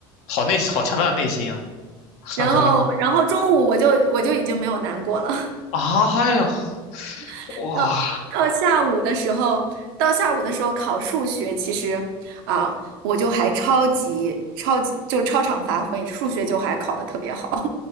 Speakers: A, on the left; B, on the right.
A: 好内好强大的内心啊！<laughs>
B: 然后然后中午我就我就已经没有难过了，
A: 啊，哎呦，
B: <laughs>
A: 哇
B: 到到下午的时候，到下午的时候考数学，其实啊，我就还超级超级就超常发挥，数学就还考得特别好。